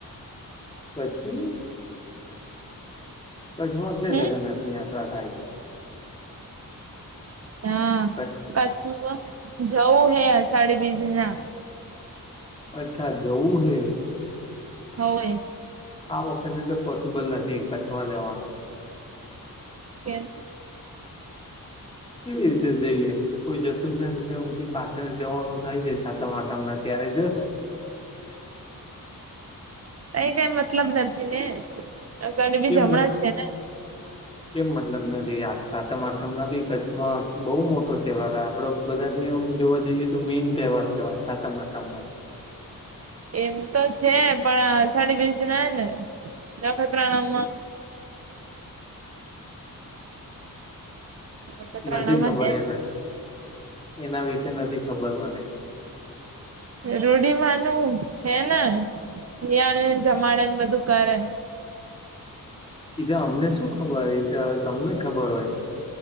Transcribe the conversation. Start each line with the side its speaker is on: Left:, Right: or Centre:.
Left: કછી? કચ્છમાં ક્યાં
Right: હમ
Left: જગન્નાથની યાત્રા થાય?
Right: હા
Left: કચ્છ
Right: કચ્છમાં જવું હે આસાડી બીજ ના
Left: અચ્છા જવું હે.
Right: હવે
Left: આ વખતે તો પોસિબલ નથી કચ્છમાં જવાનું.
Right: કેમ?
Left: કેવી રીતે જઈએ કોઈ જતું જ નથી તો બધી પાછળ જવાનું થાય જાય સાતમ આઠમ ના <unintelligible>
Right: કઈ- કઈ મતલબ નથી ને અ બી
Left: કેમ
Right: અમણા
Left: મતલબ
Right: છે ને?
Left: કેમ મતલબ નથી આ સાતમ આઠમ ના બી કચ્છમાં બહુ મોટો તહેવાર આપડો બધા જોવા જઈએ તો મેન તહેવાર કહેવાય સાતમ આઠમ નો.
Right: એમ તો છે. પણ સાડી બીસ ના ને દખત્ર નામાં
Left: <inaudible>
Right: નખત્રાણામાં
Left: નથી ખબર
Right: હે
Left: એના એના વિશે નથી ખબર મને
Right: રોઢિ માનું હે ને. એ આવે ને જમાડે ને બધું કરે.
Left: <inaudible> એ તો અમને શું ખબર હોય એતે તમને ખબર હોય.